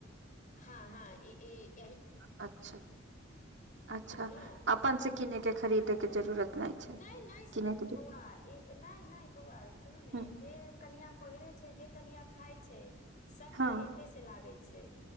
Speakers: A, on the left; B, on the right.
A: हँ हँ ई ई
B: अच्छा अच्छा
A: बुझलहुँ
B: अपन से किने
A: ह
B: के खरीदे के जरू रत नहि छै
A: नहि नहि
B: किने के
A: बौआ नइ नइ बौआ सुनू ने
B: ह
A: जे कनिया पहिरे छै जे कनिया खाय छै सभटाऽ
B: हँ
A: एतयसँ लागै छै